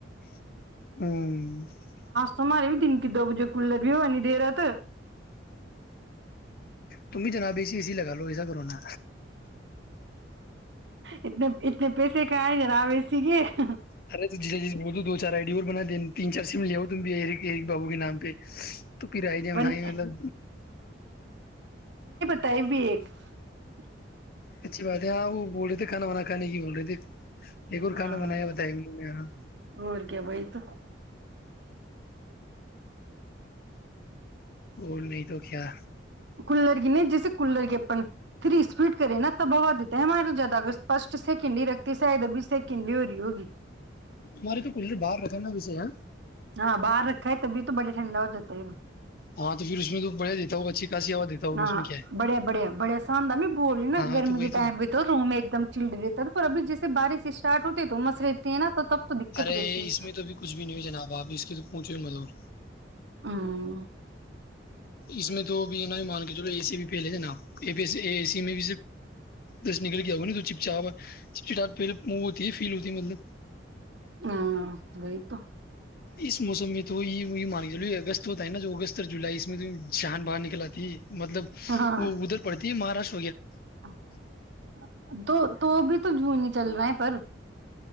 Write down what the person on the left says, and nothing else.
ہوں
تم بھی جناب بیےسیی اسی لگا لو ایسا کرونا
ارے جی ب <unintelligible> چار آئی ڈی اور بنا دین تین چار سم لیاؤ تم بھی بابو کے نام پہ تو پھر ہی ج من
ہی مطلب
اچھی بات ہے ہاں وہ بول رہے تھے کھانا وانا کانے کی بول رہے تھے ایک اور
کھانا بنایا بتایا انہوں نے ہاں
اور نہیں تو کیا
ماری تو کلرت باہار رکھاننا وے ہے
ہاں تو پھر اس میں تو بڑھیا دیتا ہوگا اچھی خاصی ہوا دیتا ہوگا
اس میں کیا ہے
ہاں
تو وہی
ارے
اس میں تو بھیھی کچھ بھی نہیں ہو جناب واپس کی تو پہچ <unintelligible> <unintelligible> جی مل <unintelligible>
اس میں تو ابھی ہے نا بھی مان کے چلو اے سی بھی پھیلے تھ نا اے سی میں بس نکل کے آ نا تو چپ چاپ چپا پ من ہوتی ہے فیل ہوتی ہے مطلب
اس موسم میں تو یہ مان کے چ اگست ہوتا ہے نا جو اگست اور جولائی اس میں تو جان باہر نکل آتی ہے مطلب
وہ ادھر پڑتی <unintelligible> یہ مہاراشر <unintelligible>